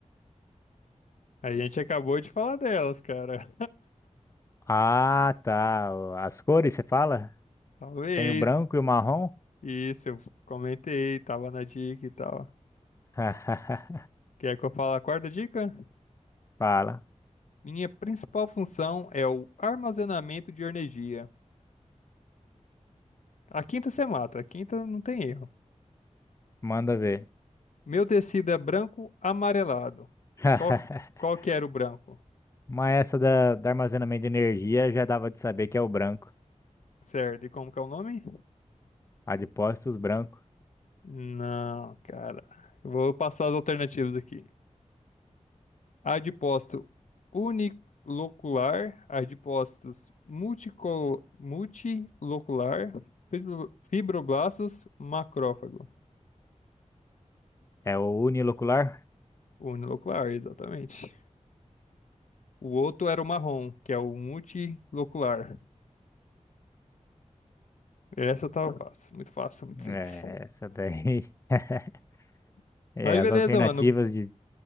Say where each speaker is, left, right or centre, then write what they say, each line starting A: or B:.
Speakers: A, on the left (about 75°); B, on the left (about 25°).
A: A gente acabou de falar delas, cara.
B: Ah, tá. As cores, você fala?
A: <laughs> Talvez.
B: Tem o branco e o marrom?
A: Isso, eu comentei, tava na dica e tal.
B: <laughs>
A: Quer que eu fale a quarta dica?
B: Fala.
A: Minha principal função é o armazenamento de energia. A quinta você mata, a quinta não tem erro.
B: Manda ver.
A: Meu tecido é branco amarelado.
B: <laughs>
A: Qual, qual que era o branco?
B: Mas essa da, da armazenamento de energia já dava de saber que é o branco.
A: Certo, e como que é o nome?
B: Adipócitos branco.
A: Não, cara. Eu vou passar as alternativas aqui. Adipócito unilocular, adipócitos multico- multilocular, fibro- fibroblastos, macrófago.
B: É o unilocular?
A: Unilocular, exatamente. O outro era o marrom, que é o multilocular. Essa tá fácil, muito fácil, muito
B: É,
A: simples.
B: essa daí. <laughs>
A: <laughs>
B: É,
A: Mas
B: as
A: beleza,
B: alternativas
A: mano.
B: de.